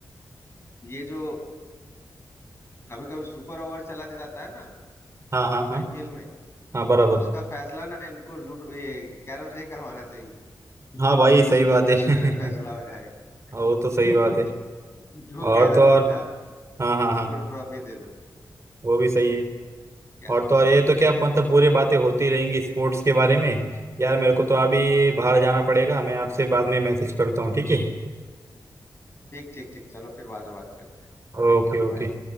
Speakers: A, on the left; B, on the right.
A: ये जो कभी कभी सुपर ओवर चला जाता है ना
B: हाँ हाँ हाँ
A: आईपीएल में
B: हाँ बराबर
A: तो उसका फैसला ना इनको लूडो ये कैरम से ही करवाना चाहिए
B: हाँ भाई सही
A: <laughs>
B: बात
A: दस
B: है
A: मिनट में फैसला
B: <laughs>
A: हो
B: हाँ, वो तो
A: जाएगा
B: सही बात है
A: <laughs> जो
B: और
A: कैरम
B: तो और
A: जीता
B: हाँ हाँ
A: उसको
B: हाँ
A: ट्रॉफी दे दो
B: वो भी सही है
A: क्या
B: और तो और ये तो क्या मतलब पूरी बातें होती रहेंगी स्पोर्ट्स के बारे में यार मेरे को तो अभी बाहर जाना पड़ेगा मैं आपसे बाद में मैसेज करता हूँ ठीक है
A: ठीक ठीक ठीक चलो फिर बाद में बात करते हैं ठीक
B: Okay
A: है
B: okay
A: बाय